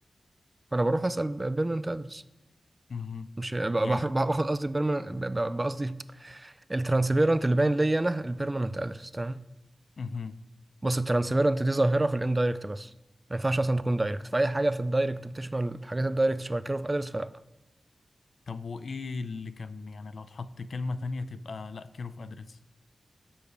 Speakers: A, on the right; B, on the left.
A: فانا بروح اسأل بيرمننت ادرس
B: مهم.
A: مش ب-
B: يعني
A: بح- باخد قصدي البيرمننت قصدي الترانسبيرنت اللي باين ليا انا البيرمننت ادرس تمام
B: مهم.
A: بص الترانسبيرنت دي ظاهرة في الاندايركت بس ما ينفعش اصلا تكون دايركت فاي حاجة في الدايركت بتشمل حاجات الدايركت شبه الكير اوف ادرس فلا
B: طب وايه اللي كان يعني لو اتحط كلمة تانية تبقى لا كيرف ادرس